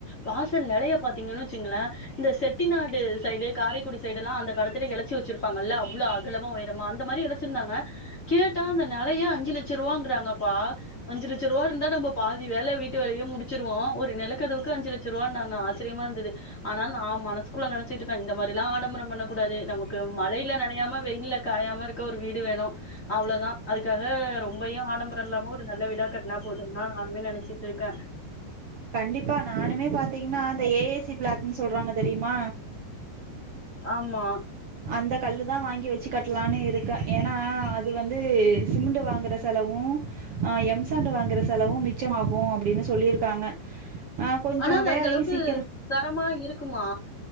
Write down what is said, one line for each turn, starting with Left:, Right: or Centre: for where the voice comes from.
Left: வாசல் நெலைய பாத்தீங்கன்னு வச்சிங்களே இந்த செட்டிநாடு சைடு காரைக்குடி சைடு எல்லா அந்த காலத்துல எலச்சு வச்சிருப்பாங்கள அவ்ளோ அகலமா உயரமா அந்த மாரி எலச் வெச்சிருந்தாங்க கேட்டா அந்த நெலைய அஞ்சு லட்ச ரூவாங்கறாங்கப்பா அஞ்சு லட்ச ரூவா இருந்தா நம்ம பாதி வேல வீட்டு வேலையே முடிச்சிடுவோ ஒரு நெலக்கதவுக்கு அஞ்சு லட்ச் லட்ச ரூபாய் நா ஆச்சரியமா இருந்தது ஆனா நா மனசுக் குள்ள நெனைச்சிட்டுருக்க இந்த மாரிலா ஆடம்பரம் பண்ணக்கூடாது நமக்கு மழையில நனையாப வெயில்ல காயாமருக்க ஒரு வீடு வேணு அவ்ளோதா அதுக்காக ரொம்பையு ஆடம்பர இல்லாம ஒரு நல்ல வீடா கட்னா போதும்தா நானுமே நெனைச்சிட்ருக்க
Right: கண்டிப்பா நானுமே பாத்தீங்கன்னா அந்த ஏ ஐ சி பிளாக்ன்னு சொல்றாங்க தெரியுமா
Left: ஆமா
Right: அந்த கல்லுதா வாங்கி வச்சி கட்லானு இருக்க ஏன்னா அது வந்து சிமிண்டு வாங்குற செலவும் ஆ எம்சாண்டு வாங்குற செலவு மிச்சமாகு அப்டின்னு சொல்லியிருக்காங்க ஆ கொஞ்சோ
Left: ஆனா அது
Right: வேலையு
Left: அந்த அளவுக்கு
Right: சீக்கரோ
Left: தரமா இருக்குமா